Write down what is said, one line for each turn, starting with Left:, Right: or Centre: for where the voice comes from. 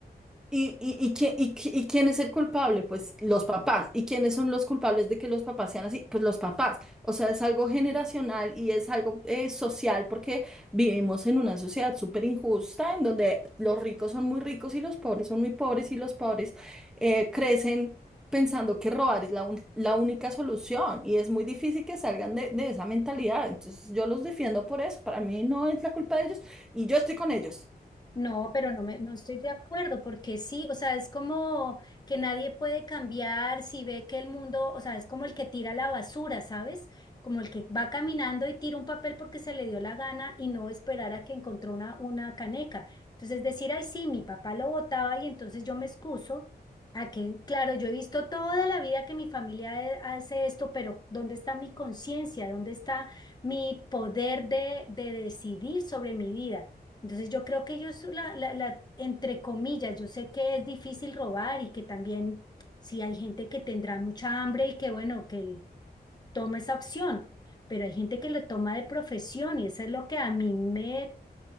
Centre: ¿Y, y, y, qui- y qui- y quién es el culpable? Pues los papás. ¿Y quiénes son los culpables de que los papás sean así? Pues los papás. O sea, es algo generacional y es algo eh, social porque vivimos en una sociedad súper injusta en donde los ricos son muy ricos y los pobres son muy pobres y los pobres eh, crecen pensando que robar es la, un- la única solución y es muy difícil que salgan de, de esa mentalidad. Entonces yo los defiendo por eso. Para mí no es la culpa de ellos y yo estoy con ellos.
Left: No, pero no me, no estoy de acuerdo, porque sí, o sea, es como que nadie puede cambiar si ve que el mundo, o sea, es como el que tira la basura, ¿sabes? Como el que va caminando y tira un papel porque se le dio la gana y no esperar a que encontró una, una caneca. Entonces decir, ay, sí, mi papá lo botaba y entonces yo me excuso a que, claro, yo he visto toda la vida que mi familia eh, hace esto, pero ¿dónde está mi conciencia? ¿Dónde está mi poder de, de decidir sobre mi vida? Entonces yo creo que ellos, la, la, la- entre comillas, yo sé que es difícil robar y que también sí hay gente que tendrá mucha hambre y que bueno, que toma esa opción, pero hay gente que lo toma de profesión y eso es lo que a mí me